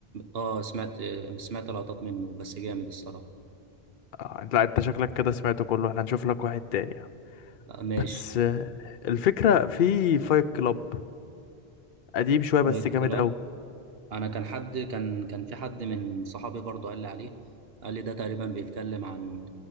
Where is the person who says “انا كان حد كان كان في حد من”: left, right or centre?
Right